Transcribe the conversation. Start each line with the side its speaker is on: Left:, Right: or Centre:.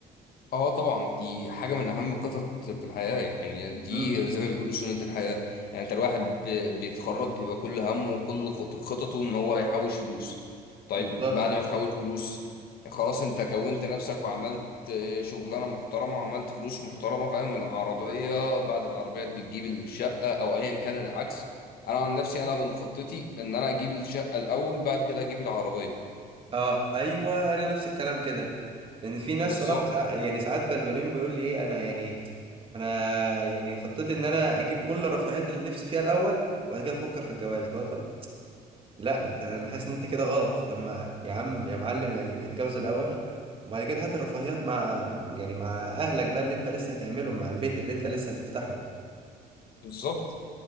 Left: اه طبعا دي حاجة من أهم القطط في الحياة يعني دي
Right: امم
Left: زي ما بيقولوا سنة الحياة يعني أنت الواحد بي- بيتخرج بيبقى كل همه وكل خط- خططه إن هو يحوش فلوس طيب
Right: بالظبط
Left: بعد ما تحوش فلوس خلاص أنت كونت نفسك وعملت آه، شغلانة محترمة وعملت فلوس محترمة فاهم العربية بعد العربية بتجيب الشقة أو أيا كان العكس أنا عن نفسي أنا من خطتي إن أنا أجيب الشقة الأول بعد كده أجيب العربية
Right: اه ايوه انا نفس الكلام كده لان في ناس
Left: بالظبط
Right: صراحه سع- يعني ساعات بلبلين بيقول لي ايه انا يعني انا يعني خطتي ان انا اجيب كل الرفاهيات اللي نفسي فيها الاول وبعد كده افكر في الجواز اللي هو طب لا انت انا حاسس ان انت كده غلط طب ما يا عم يا معلم يعني اتجوز الاول وبعد كده هات الرفاهيات مع يعني مع اهلك بقى اللي انت لسه هتعملهم مع البيت اللي انت لسه هتفتحه
Left: بالظبط